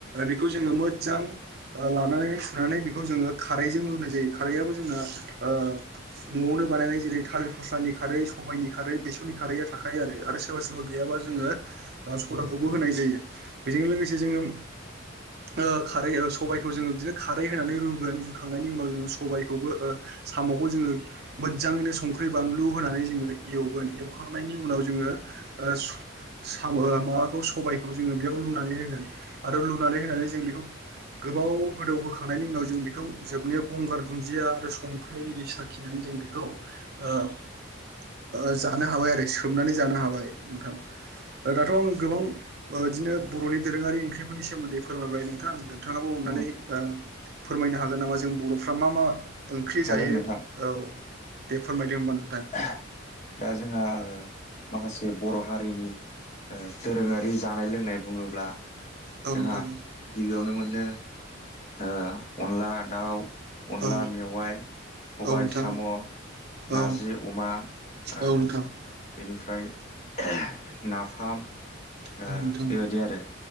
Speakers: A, on the right; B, on the left.
A: बेखौ जोङो मोजां ओ लानानै सुनानै बेखौ जोङो खारैजों रुनाय जायो खारैआबो जोंना ओ न'आवनो बानायनाय जेरै थालिर फस्लानि खारै सबाइनि खारै बेसरनि खारैआ थाखायो आरो सोरबा सोरबा गैयाबा जोङो ओ साडाखौबो होनाय जायो बेजों लोगोसे जोङो ओ खारै ओ सबायफोरजों जोङो बिदिनो खारै होनानै रुगोन रुखांनायनि उनाव जोङो स सबायखौबो ओ साम'खौ जोङो मोजाङैनो संख्रि बानलु होनानै जोङो एवगोन एवखा खांनायनि उनाव जोङो ओ सु साम' ओ माबाखौ सबायखौ जोङो बेयाव लुनानै होगोन आरो लुनानै होनानै जों बेखौ गोबाव गोदौ होखांनायनि उनाव जों बेखौ जोबनायाव गंगार दुन्दिया आरो संख्रि एदि साखिनानै जों बेखौ ओ ओ जानो हाबाय आरो सोमनानै जानो हाबाय। नोंथां ओ दाथ' आं गोबां ओ बिदिनो बर'नि दोरोङारि ओंख्रिफोरनि सोमोन्दै फोरमायबाय नोंथां नोंथाङाबो अननानै
B: नोंथां अ
A: ओ फोरमायनो हागोन नामा जों बर'फ्रा मा मा ओंख्रि
B: हागोन
A: जायो
B: नोंथां
A: औव दे फोरमायदों होनबा नों
B: <unintelligible> ओ जोंहा ओ माखासे बर' हारिनि ओ दोरोङारि जानाय लोंनाय बुङोब्ला
A: नोंथां औ
B: जोंहा
A: नोंथां
B: गिबियावनो मोनो ओ अनला दाउ अनला
A: औ
B: मेवाइ सबाय
A: औ नोंथां
B: साम' नारजि
A: औ
B: मा ओ
A: औ नोंथां
B: बेनिफ्राय <unintelligible> नाफाम ओ
A: औ नोंथां
B: बेबायदि आरो